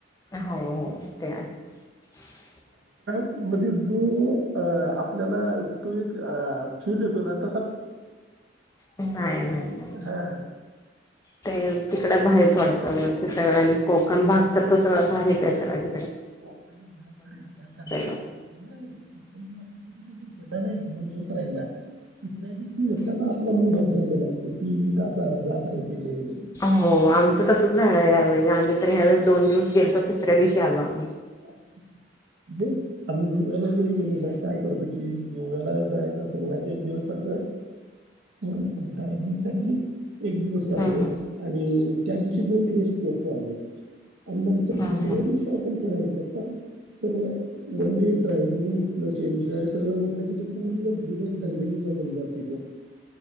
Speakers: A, on the left (about 20°); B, on the right (about 75°).
A: हो हो ते आहेच.
B: मध्येे जो अ आपल्याला तो एक फिलिप उन्हात.
A: नाही नाही
B: हा
A: ते तिकड बाहेरच वाढत. ह ते सगळ आणि कोकण भाग. तर तो सगळा भारीच आहे सगळा तिकडं
B: कोकण भाग तर एवढा चांगला असता
A: तो.
B: <inaudible> कोकण भाग. दीदी तुम्ही गेला ना एक दोन दिवस राहिला तिसऱ्या दिवशी येताना आपला मूड ऑफ झालेला असतो की मी का जात आहे. तिकडे म्हणून
A: हो आमचं तसच झालंय यावेळी आम्ही. तर या वेळेस दोन दिवस गेल्तो तिसऱ्या दिवशी आलो आम्ही.
B: <unintelligible> दे आम्ही गोव्याला वगैरे गेलो ना काय करतो कि गोव्याला जायचं असेल ना एक दिवस असं पूर्ण ड्रायव्हिंगसाठी. एक दिवस काढतो
A: हम्म
B: आणि त्या दिवशी तिझोन रेस करतो आलो. आणि नंतर
A: हम्म
B: दुसऱ्या
A: हम्म
B: दिवशी आपण फिरायचं. हो. तर one day driving plus enjoy सगळं म्हटलं कि ते पूर्ण दिवस धगधगीचा होऊन जातोय तो.